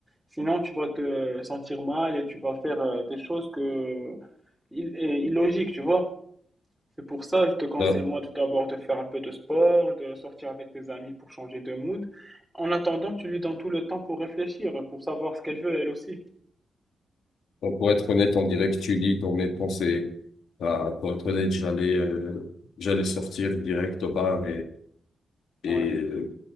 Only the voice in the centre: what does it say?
Sinon, tu vas te sentir mal et tu vas faire euh, des choses que il est illogique, tu vois. C'est pour ça, je te conseille
moi tout d'abord de faire un peu de sport, de sortir avec tes amis pour changer de mood. En attendant, tu lui donnes tout le temps pour réfléchir, pour savoir ce qu'elle veut elle aussi.
Ouais.